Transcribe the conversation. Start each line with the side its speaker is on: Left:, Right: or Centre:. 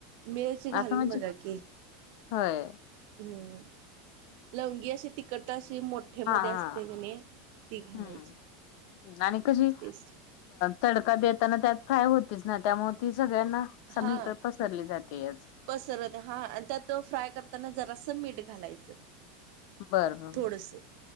Right: मिरची घालून
Left: असं म्हणजे
Right: बघा की
Left: होय
Right: हम्म लवंगी अशी ति कटा अशी मोठेमध्ये
Left: हा
Right: असते
Left: हा
Right: कनी ती घालायची
Left: हम्म आणि कशी
Right: टेस्ट
Left: तडका देताना त्यात फ्राय होतीच ना त्यामुळे ती सगळ्यांना सगळीकड.
Right: हा
Left: सरली जातेयच.
Right: पसरत हा त्यात फ्राय करताना जरासं मीठ घालायचं.
Left: बर बर
Right: थोडस